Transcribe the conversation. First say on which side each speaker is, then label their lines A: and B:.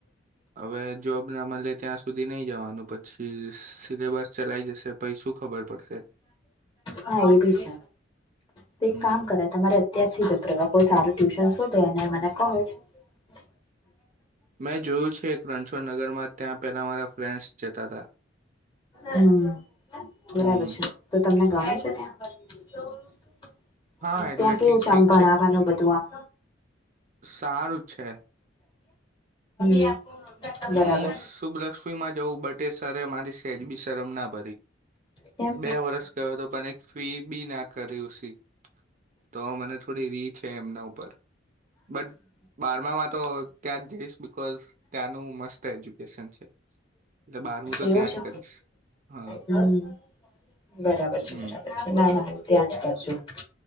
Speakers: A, on the right (about 40°); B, on the left (about 25°).
A: હવે જોબ ના મલે ત્યાં સુધી નઈ જવાનું. પછી સિલેબસ ચલાઈ જશે પહી શું ખબર પડશે.
B: હા એ બી છે. તો એક
A: હમ
B: કામ કરાય તમારે અત્યારથી જતું રેવાય. કોઈ સારું ટ્યુશન શોધો અને મને <unintelligible>
A: મેં જોયું છે રણછોડ નગરમાં ત્યાં પેલા મારા ફ્રેન્ડસ જતા હતા.
B: હમ બરાબર
A: હમ
B: છે. તો તમને ગામડું છે ત્યાં
A: હા એટલે
B: ત્યાં કેવું
A: ઠીક
B: છે?
A: ઠીક
B: આમ ભણાવવાનું બધું આમ.
A: સારું જ છે
B: <inaudible> <inaudible> હમ બરાબર
A: મુું શુભલક્ષ્મીમાં જવું બટ તે સરે મારી સેજ બી શરમ ના ભરી.
B: કેમ
A: બે વરસ ગયો તો પણ એક ફી બી ના કરી ઉસી તો મને થોડી રી છે એમના ઉપર. બટ બારમામાં તો ત્યાં જ જઈશ બિકોઝ ત્યાંનું મસ્ત એજ્યુકેશન છે. એટલે બારમુ તો
B: એવું
A: ત્યાં
B: છે
A: જ કરીશ. હન
B: હમ બરાબર છે
A: હમ.
B: બરાબર છે ના ના હું ત્યાં જ કરજો. <inaudible>